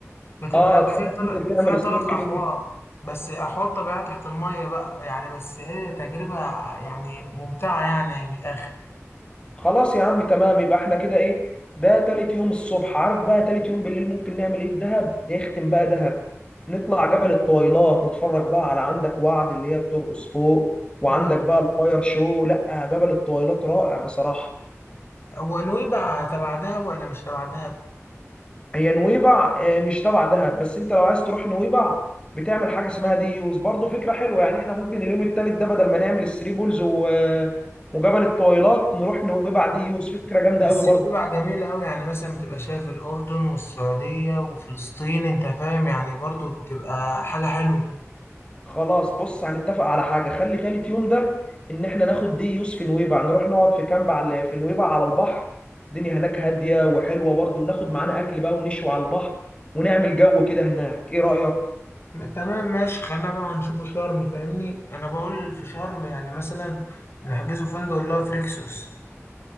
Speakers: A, on the left; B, on the left.
A: بتبقى
B: اه تحب
A: فيها تلات
B: تنزل تعمل
A: فيها تلات
B: سنوركلينج
A: أحواض بس أحواض طبيعية تحت المية بقى يعني بس إيه تجربة يعني ممتعة يعني من الآخر
B: خلاص يا عم تمام يبقى احنا كده ايه ده تالت يوم الصبح عارف بقى تالت يوم بالليل ممكن نعمل ايه في دهب نختم بقى دهب نطلع جبل الطويلات نتفرج بقى على عندك وعد اللي هي بترقص فوق وعندك
A: أيوة
B: بقى الفاير شو لا جبل الطويلات رائع بصراحة
A: هو نويبع تبع دهب ولا مش تبع دهب؟
B: هي نويبع آه، مش تبع دهب بس انت لو عايز تروح نويبع بتعمل حاجة اسمها دي يوز برضه فكرة حلوة يعني احنا ممكن اليوم التالت ده بدل ما نعمل الثري بولز و- آه، وجبل الطويلات نروح نويبع دي يوز فكرة جامدة
A: بس
B: قوي برضه
A: نويبع جميلة أوي يعني مثلا بتبقى شايف الأردن والسعودية وفلسطين أنت فاهم يعني برضو بتبقى حاجة حلوة
B: خلاص بص هنتفق على حاجة خلي تالت يوم ده إن إحنا ناخد دي يوسف في نويبع نروح نقعد في كامب على في نويبع على البحر الدنيا هناك هادية وحلوة برضه وناخد معانا أكل بقى ونشوي على البحر ونعمل جو كده هناك إيه رأيك؟
A: م- تمام ماشي خلينا بقى نشوفوا شرم فاهمني أنا بقول في شرم يعني مثلا نحجزوا فندق اللي هو في ريكسوس